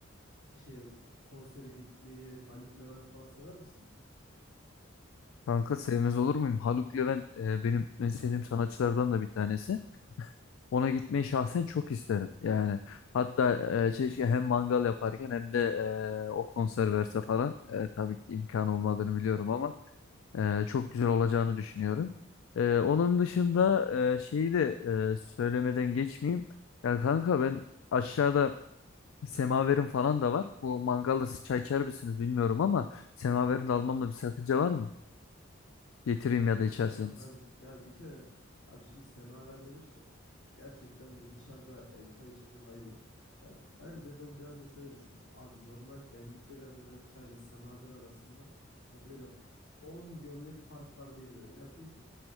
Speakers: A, on the left; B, on the left.
A: şey konsere gitmeyi Haluk Levent falan sever misin?
B: Kanka sevmez olur muyum? Haluk Levent e, benim en sevdiğim sanatçılardan da bir tanesi. Ona gitmeyi şahsen çok isterim. Yani hatta e, keşke hem mangal yaparken hem de e, o konser verse falan. E, tabii ki imkan olmadığını biliyorum ama. Ee, çok güzel olacağını düşünüyorum. Ee, onun dışında
A: Hı hı.
B: e, şeyi de e, söylemeden geçmeyeyim. Ya kanka ben aşağıda semaverim falan da var. Bu mangalda siz çay içer misiniz bilmiyorum ama semaverini de almamda bir sakınca var mı? Getireyim
A: Ya
B: ya
A: yok
B: da içerseniz.
A: kankam ben yani bir kere abi şimdi Semaver demiş ki gerçekten böyle dışarıda e, çay içmeye bayılırım. Ya bence ben biraz da şöyle düşünüyorum. Abi normal demlikte demlenen çayla Semaver arasında ya böyle 10 gömlek fark var diyebilirim. Ya çünkü